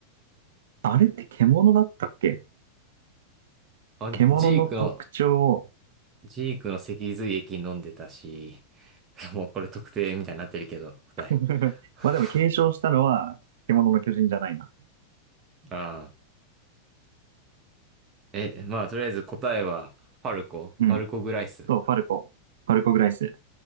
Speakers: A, on the right; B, on the right.
A: あれって獣だったっけ
B: あ、
A: 獣の特徴を
B: ジークのジークの脊髄液飲んでたし、<laughs> もうこれ特定みたいになってるけど、答え。
A: <laughs>
B: <laughs>
A: まあでも継承したのは獣の巨人じゃないな。
B: ああ。え、まあ、とりあえず答えは、ファルコ、
A: うん。
B: ファルコグライス。
A: そう、ファルコ。ファルコグライス。